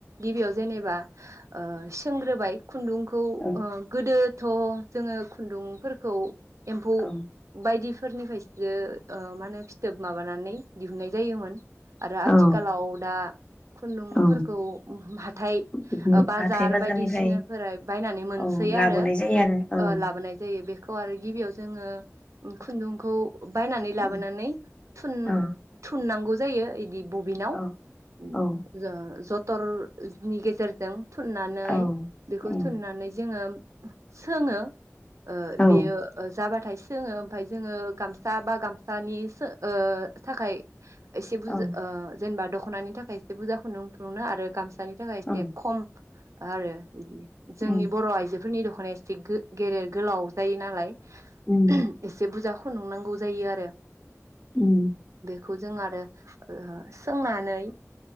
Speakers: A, on the right (about 70°); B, on the left (about 20°).
A: गिबियाव जेनेबा ओ सोंग्रोबाय खुन्दुंखौ
B: औ
A: गोदोथ' जोङो खुन्दुंफोरखौ एम्फौ
B: औ
A: बायदि फोरनिफ्रायसो ओ मानो फिथोब माबानानै दिहुननाय जायोमोन आरो आथिखालाव
B: औ
A: दा खुन्दुंफोरखौ
B: औ
A: हाथाइ
B: बिदि
A: ओ बाजार
B: हाथाय बाजारनिफ्राय
A: बायदिसिनाफोराय बायनानै मोनसै
B: औ लाबोनाय
A: आरो
B: जायो आरो
A: ओ लाबोनाय जायो। ए बेखौ आरो गिबियाव जोङो खुन्दुंखौ बायनानै
B: औ
A: लाबोनानै थुन-थुननांगौ
B: औ
A: जायो इदि बबिनाव
B: औ
A: उम
B: औ
A: जों ज थरनि गेजेरजों थुननानै
B: औ
A: बेखौ
B: औ
A: थुननानै जोङो सोङो। ओ
B: औ
A: बेयो जाबाथाय जोङो ओमफाय जोङो गामसा बा गामसानि थाखाय एसे बुज
B: औ
A: ओ जेनेबा दख ख'नायनि थाखाय एसे बुरजाखौ नुथुनो आरो गा सानि थाखाय एसे
B: औ
A: खम आरो जोंनि
B: उम
A: आायजोफोरनि दख'नाया एसे गेदेर गोलाव जायो नालाय एसे
B: उम
A: बुजा खुनदुं नांगौ जायो आरो।
B: उम
A: खौ जों आरो ओ सोंनानै